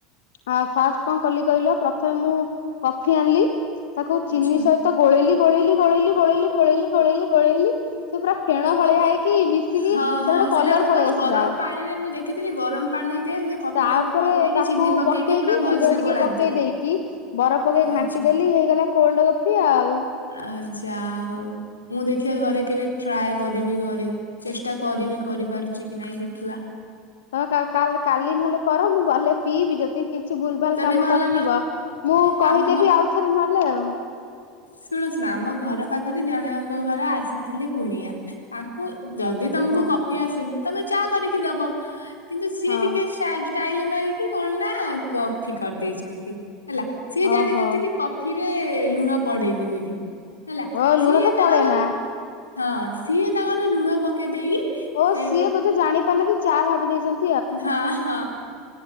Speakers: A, on the left; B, on the left.
A: ଆ ଫାଷ୍ଟ କଣ କଲି କହିଲ ପ୍ରଥମେ ମୁଁ କଫି ଆଣିଲି ତାକୁ
B: ଆଚ୍ଛା।
A: ଚିନି ସହିତ ତ ଗୋଳେଇଲି, ଗୋଳେଇଲି, ଗୋଳେଇଲି, ଗୋଳେଇଲି, ଗୋଳେଇଲି ଗୋଳେଇଲି, ଗୋଳେଇଲି ସେ ପୁରା ଫେଣ ଭଳିଆ
B: ଓ
A: ହେଇକି ମିଶିକି
B: ହଁ
A: ତାର
B: ହଁ
A: ଗୋଟେ
B: ସେଇଟା
A: କଲର ପଳେଇ
B: କଣ
A: ଆସିଲା।
B: ଗରମ ପାଣିରେ ମୁଁ ଦେଖିଥିଲି ଗରମ ପାଣିରେ ସେ କଫି
A: ତାପରେ
B: ଟାକୁ ପକେଇକି
A: ତାକୁ
B: ଚିନି
A: ପକେଇକି
B: ପୁରା ଭଲସେ
A: କ୍ଷୀର ଟିକେ
B: ଗୋଳାନ୍ତି।
A: ପକେଇ ଦେଇକି କି ବରଫ ପକେଇ
B: ଆଚ୍ଛା
A: ଘାଣ୍ଟି ଦେଲି ହେଇଗଲା କୋଲ୍ଡ କଫି ଆଉ।
B: ଆ ଯା ହଉ ମୁଁ ଦେଖିବା ଘରେ କେବେ ଟ୍ରାଏ କରିବି ଘରେ ଚେଷ୍ଟା କରିବି କରିପାରୁଛି କି ନାଇଁ ଦେଖିବା।
A: ତମୋ କାଲ କା କାଲି ନହେଲେ କର ମୁଁ ଗଲେ ପିଇବି ଯଦି କିଛି ଭୁଲ ଭାଲ
B: ଯଦି
A: କାମ
B: ଭଲ
A: କରିଥିବ
B: ନହେଲେ
A: ମୁଁ କହିଦେବି
B: ଆମ
A: ଆଉ ଥରେ ନହେଲେ ଆଉ।
B: ଶୁଣୁ ଶୁଣ ଆମ ଘର ପାଖରେ ଜଣଙ୍କ ଘର ଆସିଥିଲେ କୁଣିଆ ତାଙ୍କୁ ଯଦି ତମକୁ
A: ହଁ
B: କଫି ଆସେନି ତମେ ଚାହା କରିକି ଦବ। କିନ୍ତୁ ସିଏ
A: ହଁ।
B: ଟିକେ ଷ୍ଟାଟ ଷ୍ଟାଇଲ ମାରିକି କଣ ନା କଫି କରିଦେଇଛନ୍ତି ହେଲା। ସିଏ ଜାଣିନାହାନ୍ତି
A: ଓହୋ
B: କି କଫିରେ ଲୁଣ ପଡେନି ବୋଲି। ହେଲା
A: ଓ ଲୁଣ
B: ସିଏ
A: ତ
B: ତାଙ୍କର
A: ପଡେ ନା
B: ହଁ ସିଏ ତାଙ୍କର ଲୁଣ ପକେ ଦେଇକି
A: ଓ
B: ସେ
A: ସିଏ ବୋଧେ ଜାଣିପ ନାହାନ୍ତି ଚା ଭାବି ଦେଇଛ
B: ହଁ ହଁ।